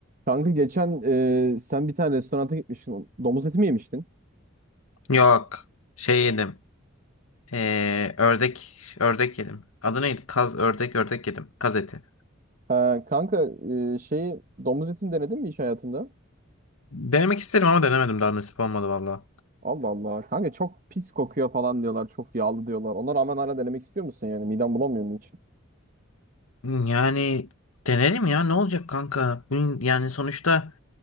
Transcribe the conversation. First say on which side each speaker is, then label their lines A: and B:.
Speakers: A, on the right; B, on the left.
A: Kanka geçen e, sen bir tane restoranta gitmiştin. Domuz eti mi yemiştin?
B: Yok. Şey yedim. Ee, ördek ördek yedim. Adı neydi? Kaz ördek ördek yedim. Kaz eti.
A: Ha, kanka e, şeyi domuz etini denedin mi hiç hayatında?
B: Denemek isterim ama denemedim daha nasip olmadı valla.
A: Allah Allah. Kanka çok pis kokuyor falan diyorlar. Çok yağlı diyorlar. Ona rağmen hala denemek istiyor musun yani? Miden bulamıyor mu hiç?
B: Yani denerim ya ne olacak kanka? Bunun- Yani sonuçta